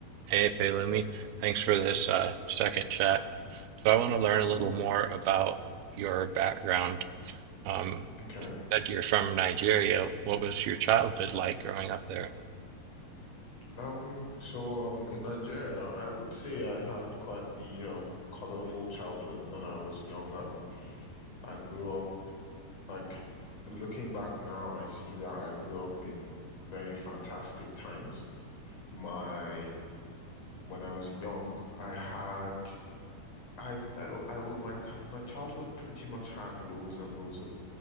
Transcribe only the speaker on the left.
Mm,
okay.
Um, so um in Nigeria, I would say I had quite the um colorful childhood when I was younger. I grew up like looking back now, I see that I grew up in very fantastic times. My when I was young, I had I, I, I would my ca- my childhood pretty much had loads and loads of